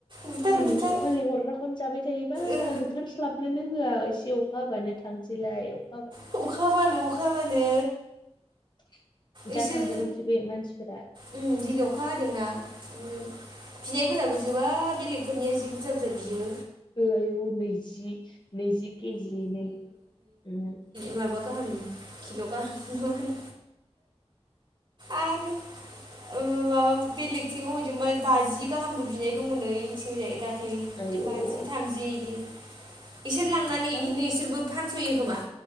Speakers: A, on the right; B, on the left.
A: बुथार
B: उम
A: बुथार
B: अखा लिंहरग्राखौनो जाबाय थायोबा
A: ओ
B: ओंखार स्लाबनोनो होआ एसे अखा हाबानो थांसैलाय अ
A: खौ अखा हाबानो अखा हाबानो
B: <inaudible>
A: इसोर
B: जाथांबावगोनसो बे मानसिफोरा
A: उम दिनै अखा हादोंना उम। बिनायफोराबो जोबा बेलेगफोरनिया जि बुरजा बुरजा बियो।
B: ओ आयु नैजि नैजि केजि नै। उम।
A: माबा गाहाम किल' गाहाम ना मा होनो। आरो ओ माबा बेलेगथिं अबेजोंबा बाजि गाहामबो बिनाय दंमोन ओइथिंजाय दा ख्लै
B: आयौ
A: बाजि थामजि इदि। इसोर लांनानै
B: मा
A: इदिनो इसोरबो फानस'यो खोमा।